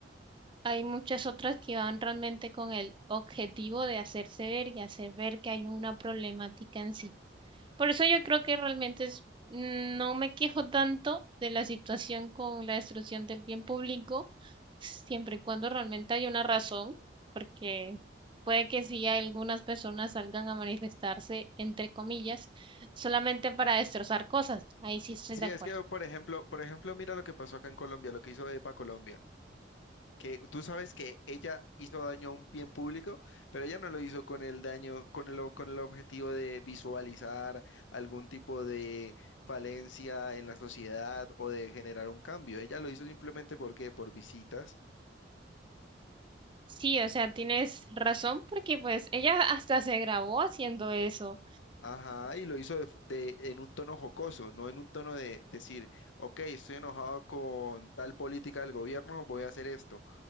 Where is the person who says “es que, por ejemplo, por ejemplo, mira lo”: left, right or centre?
Left